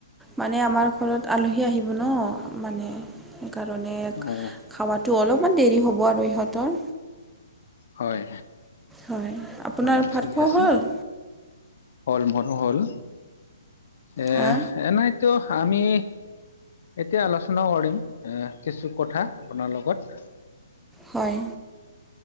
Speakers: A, in the centre; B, on the left.
A: মানে আমাৰ ঘৰত আলহী আহিব ন মানে সেইকাৰণে
B: অ
A: খাৱাটো অলপমান দেৰি হ'ব আৰু ইহঁতৰ
B: হয়
A: হয় আপোনাৰ
B: হয়
A: ভাত
B: ঠিক
A: খোৱা
B: আছে
A: হ'ল
B: হল মোৰ হল এ
A: হা
B: এনাইতো আমি এতিয়া আলোচনা কৰিম কিছু কথা আপোনাৰ লগত
A: হয়।